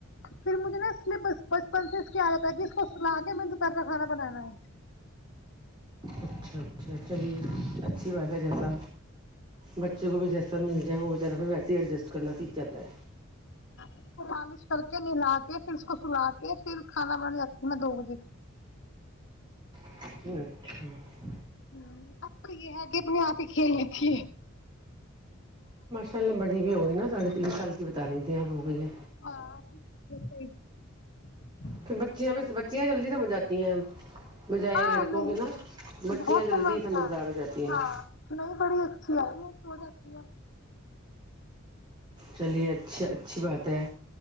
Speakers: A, on the left (about 60°); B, on the right (about 25°).
A: پھر مجھے نا اسے بچپن سے کیادتا ہے کہ اس کو سلا کے دوپہرہ کھانا بنانا ہے
B: اچھا اچھا چلیے اچھی بات ہے جیسا بچے کو بھی جیسا مل جائے وہ بچارہ پھر ویسے ہی ایڈجسٹ کرنا سیکھ جاتا ہے
A: اس کو لالش کر کے نلا کے پھر اس کو سلا کے پھر کھانا بننے لگتی ہ میں دو بجے
B: اچھا
A: ہ اب تو یہ ہے کہ اپنے آپ ہی کھیل لی تے
B: پہلےڑی ہو گئی نا ساڑھے تین سال بتا رہی تھھی اب ہو گئی ہے
A: ہاں
B: پھر بچیاں بھی بچیاں جلدی سمجھ آتی ہیں بجائے
A: ہاں
B: لڑکوں
A: نہیں
B: کے نا بچیاں
A: بہت
B: جلدی
A: سمجھدار ہے
B: ہو جاتی ہیں
A: ہاں نہیں بڑی اچھی آ سو جاتی
B: چلیے اچھی اچھی بات ہے